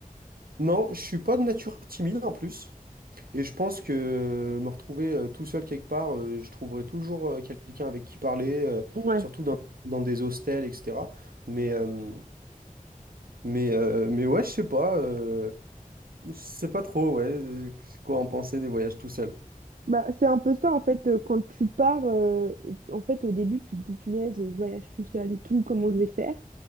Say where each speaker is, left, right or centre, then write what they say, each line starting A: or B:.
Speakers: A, on the right (about 90°); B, on the right (about 70°).
A: Non, je suis pas de nature timide en plus. Et je pense que euh, me retrouver euh, tout seul quelque part, euh, je trouverai toujours euh, quelqu'un avec qui parler, euh,
B: Ouais.
A: surtout dans, dans des hostels, etc. Mais, euh, mais, euh, mais ouais, je sais pas. euh, je sais pas trop, ouais, euh, quoi en penser des voyages tout seul.
B: Bah, c'est un peu ça en fait euh, quand tu pars euh, en fait au début tu te dis punaise je voyage tout seul et tout comment je vais faire